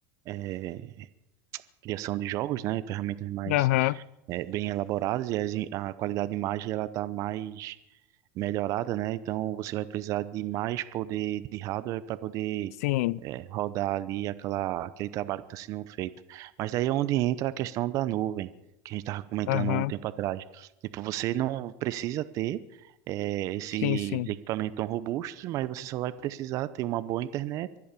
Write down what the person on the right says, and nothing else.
é, criação de jogos, né? Ferramentas mais
é, bem elaboradas e as im- a qualidade de imagem ela está mais melhorada, né? Então você vai precisar de mais poder de hardware para poder
é, rodar ali aquela, aquele trabalho que está sendo feito. Mas daí é onde entra a questão da nuvem, que a gente estava comentando
há um tempo atrás. Tipo, você não precisa ter é, esses
equipamentos tão robustos, mas você só vai precisar ter uma boa internet